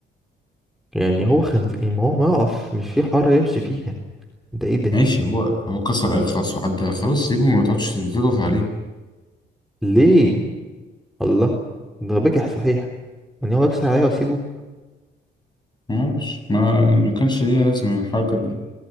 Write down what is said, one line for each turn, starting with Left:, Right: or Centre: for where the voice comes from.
Centre: يعني هو خنزير ما هو ما يقف مش في حاره يمشي فيها ده ايه ده
Left: ماشي هو هو كسر عليك خلاص وعدى خلاص سيبه ما تقعدش تضغط عليه
Centre: ليه الله ده بجح صحيح يعني هو يكسر عليا واسيبه
Left: ما اعرفش ما يعني ما كانش ليها لازمة الحركة دي